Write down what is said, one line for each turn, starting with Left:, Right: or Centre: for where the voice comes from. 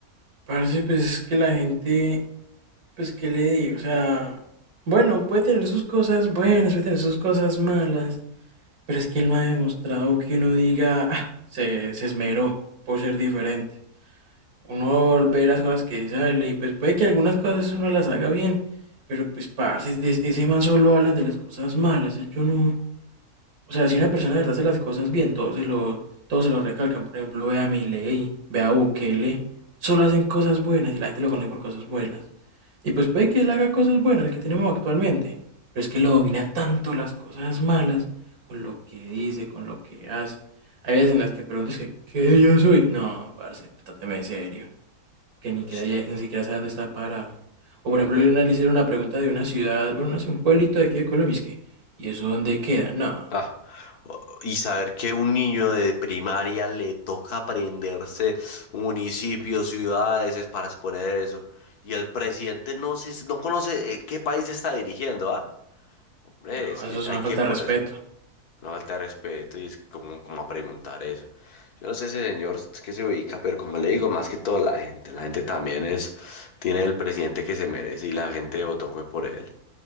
Right: Parce, pues es que la gente Pues, ¿qué le digo? O sea, bueno, puede tener sus cosas buenas, puede tener sus cosas malas, pero es que él no ha demostrado que uno diga, ah, se, se esmeró por ser diferente. Uno ve las cosas que sale y pues puede que algunas cosas uno las haga bien, pero pues, parce, es ese man solo hablan de las cosas malas, yo no, o sea, si una persona de verdad hace las cosas bien, todos se lo, todos se lo recalcan. Por ejemplo, ve a Milei, ve a Bukele. Solo hacen cosas buenas y la gente lo conoce por cosas buenas. Y pues puede que él haga cosas buenas, el que tenemos actualmente. Pero es que lo domina tanto las cosas malas, con lo que dice, con lo que hace. Hay veces en las que preguntas que, ¿qué yo soy? No, parce, tráteme de serio. Que ni, siquiera
Left: Sí,
Right: ya- ni siquiera sabe dónde está parado. O por
Left: hombre.
Right: ejemplo, le analicé una pregunta de una ciudad, bueno, no sé, un pueblito de aquí de Colombia, y es que, ¿y eso dónde queda? No.
Left: Ah. O- Y saber que un niño de primaria le toca aprenderse municipios, ciudades, es para exponer eso. Y el presidente no se, no conoce eh, qué país está dirigiendo, ¿ah? Hombre,
Right: No,
Left: es
Right: eso
Left: que
Right: es una
Left: hay que
Right: falta
Left: ponerse.
Right: de respeto.
Left: Una falta de respeto y es que como, como a preguntar eso. Yo no sé ese señor que se ubica, pero como le digo, más que todo la gente. La gente también es, tiene el presidente que se merece y la gente votó fue por él.